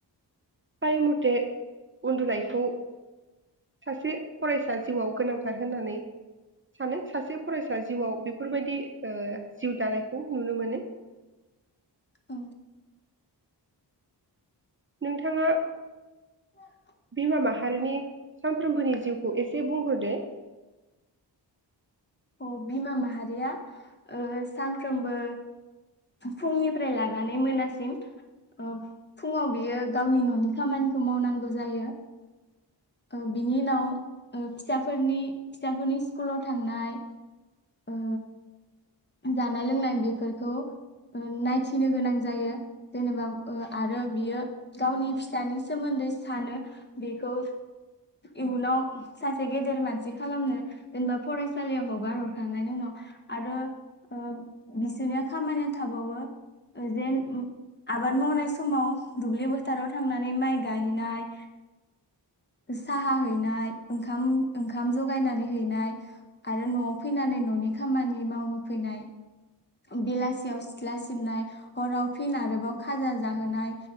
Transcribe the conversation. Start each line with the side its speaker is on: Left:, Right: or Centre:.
Right: फाय मथे उन्दुनायखौ सासे फरायसा जिउआव गोनांथार होननानै सानो सासे फरायसा जिउआव बेफोरबायदि जिउ दानायखौ नुनो मोनो।
Left: औ।
Right: नोंथाङा।
Left: <inaudible>
Right: बिमा माहारिनि सामफ्रोमबोनि जिउखौ एसे बुंहरदो
Left: अ बिमा माहा रिया ओ सानफ्रोमबो फुंनिफ्राय लानानै मोनासिम ओ फुङाव बियो गावनि न'नि खामानिखौ मावनांगौ जायो। ओ बिनि उनाव फिसाफोरनि फिसाफोरनि स्कुलाव थांनाय। ओ जानाय लोंनाय बेफोरखौ ओ नायथिनो गोनां जायो जेनेबा ओ आरो बियो गावनि फिसानि सोमोन्दै सानो बेखौ इयुनाव सासे गेदेर मानसि खालामनो जेनेबा फरायसालियाव हगार हरखांनायनि उनाव आरो। ओ बिसोरनिया खामानिया थाबावो जेन आबाद मावनाय समाव दुब्लि फोथोराव थांनानै माइ गाहैनाय साहा हैनाय ओंखाम ओंखाम जगायनानै हैनाय आरो न'आव फैनानै न'नि खामानि मावो फैनाय। बेलासियाव सिथ्ला सिबनाय हराव फिन आरोबाव खाजा जाहोनाय